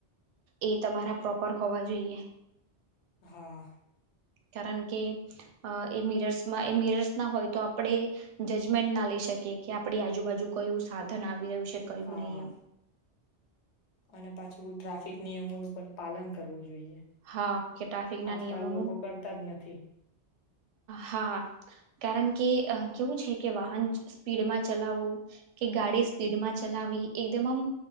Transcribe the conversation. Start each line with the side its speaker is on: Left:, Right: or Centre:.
Right: એ તમારા પ્રોપર હોવા જોઈએ
Left: હા
Right: કારણ કે એ મિરર્સમાં એ મિરર્સ ના હોય તો આપણે જજમેન્ટ ના લઈ શકીએ કે આપણી આજુબાજુ કયું સાધન આવી રહ્યું છે કયું
Left: હા
Right: નહીં એમ
Left: અને પાછ થોડું ટ્રાફિક નિયમોનું પણ પાલન કરવું જોઈએ.
Right: હા કે ટ્રાફિક
Left: આજકાલ
Right: ના નિયમોનું
Left: લોકો કરતા જ નથી.
Right: હા કારણ કે કેવું છે કે વાહન સ્પીડમાં ચલાવવું કે, ગાડી સ્પીડમાં ચલાવવી, એકદમ આમ